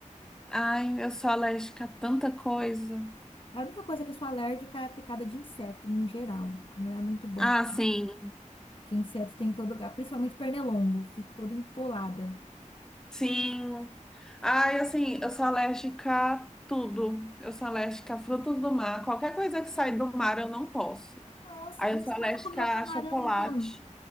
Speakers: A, in the centre; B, on the left (about 40°).
A: Ai, eu sou alérgica a tanta coisa.
B: A única coisa que eu sou alérgica é a picada de inseto, no geral, que não é muito bom.
A: Ah, sim.
B: Porque inseto tem em todo lugar, principalmente pernilongo. Fico toda empolada.
A: Sim. Ai, assim, eu sou alérgica a tudo. Eu sou alérgica a frutos do mar. Qualquer coisa que sai do mar, eu não posso.
B: Nossa,
A: Aí
B: você
A: eu sou alérgica
B: nunca comeu camarão,
A: a chocolate.
B: então?